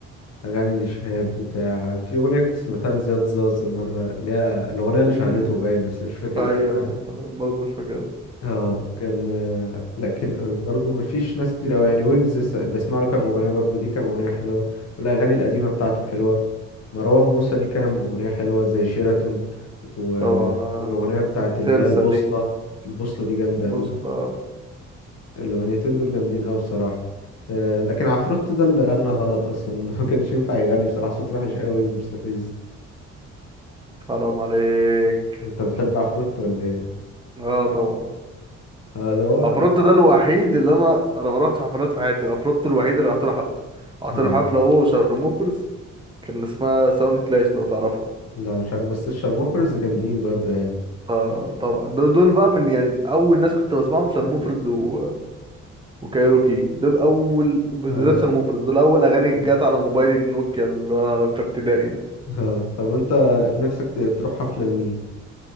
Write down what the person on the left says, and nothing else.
أغاني لشهاب بتاع في أغنية كنت سمعتها لزياد زازا مرة اللي هي الأغنية اللي
شهرته باين بس مش فاكر
اسمها
اه كان آه، لكن آه، برضو ما فيش ناس كتير أوي يعني ويجز س- بسمع له كام أغنية برضو ليه كام أغنية حلوة والأغاني القديمة بتاعته حلوة مروان موسى ليه كام أغنية حلوة زي شيراتون و...
والأغنية بتاعت اللي
هي البوصلة
البوصلة دي جامدة
أوي
الأغنيتين دول جامدين أوي بصراحة آه، لكن عفروت ده اللي غنى غلط أصلا <laughs> ما كانش ينفع يغني بصراحة صوت وحش أوي ومستفز
انت بتحب عفروت ولا ايه
اه ده هو
اه
لا مش عارف بس الشارموفرز جامدين برضه يعني
اه
مم.
<laughs> اه طب انت نفسك ت- تروح حفلة لمين